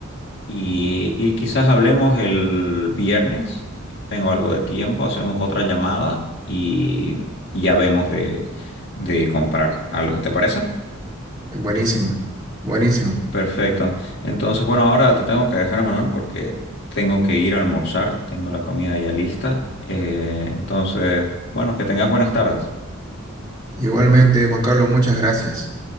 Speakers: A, on the left; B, on the right.
A: Y, y quizás hablemos el viernes. Tengo algo de tiempo, hacemos otra llamada y ya vemos de, de comprar algo. ¿Te parece?
B: Buenísimo, buenísimo.
A: Perfecto. Entonces, bueno, ahora te tengo que dejar, Manuel, porque tengo que ir a almorzar. Tengo la comida ya lista. Eh, entonces, bueno, que tengas buenas tardes.
B: Igualmente, Juan Carlos, muchas gracias.